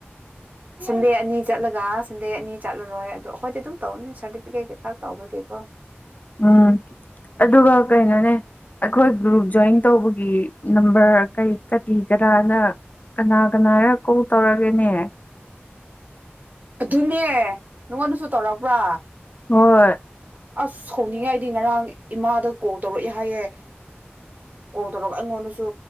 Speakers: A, on the right; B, on the left.
A: ꯁꯟꯗꯦ ꯑꯅꯤ ꯆꯠꯂꯒ ꯁꯟꯗꯦ ꯑꯅꯤ ꯆꯠꯂꯔꯣꯏ ꯑꯗꯣ ꯑꯩꯈꯣꯏꯗꯤ ꯑꯗꯨꯝ ꯇꯧꯔꯅꯤ ꯁꯥꯔꯇꯤꯐꯤꯀꯦꯠ ꯈꯛꯀꯤ ꯇꯧꯕꯕꯒꯦꯀꯣ
B: ꯎꯝ ꯑꯗꯨꯒ ꯀꯩꯅꯣꯅꯦ ꯑꯩꯈꯣꯏ ꯒ꯭ꯔꯨꯞ ꯖꯣꯏꯟ ꯇꯧꯕꯒꯤ ꯅꯝꯕꯔ ꯀꯔꯤ ꯀꯔꯤ ꯀꯔꯥꯅ ꯀꯅꯥ ꯀꯅꯥꯔ ꯀꯣꯜ ꯇꯧꯔꯒꯦꯅꯦ
A: ꯑꯗꯨꯅꯦ ꯅꯉꯣꯟꯗꯁꯨ ꯇꯧꯔꯛꯄ꯭ꯔꯥ
B: ꯍꯣꯏ
A: <unintelligible> ꯑꯁ ꯍꯧꯅꯤꯡꯉꯦ ꯑꯩꯗꯤ ꯉꯔꯥꯡ ꯏꯃꯥꯗ ꯀꯣꯜ ꯇꯧꯔꯛꯏꯦ ꯍꯥꯏꯌꯦ ꯀꯣꯜ ꯇꯧꯔꯒ ꯑꯩꯉꯣꯟꯗꯁꯨ